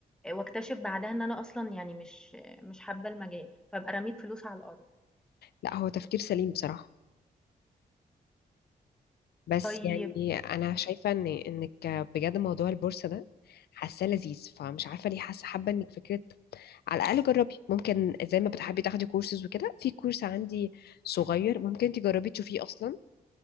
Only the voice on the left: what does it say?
لا هو تفكير سليم بصراحه بس
يعني انا شايفه ان انك بجد موضوع البورصه ده حاساه لذيذ فمش عارفه ليه حاسه حابه انك فكره على الاقل جربي ممكن زي ما بتحبي تاخدي كورسز وكده في كورس عندي صغير ممكن تجربي تشوفيه اصلا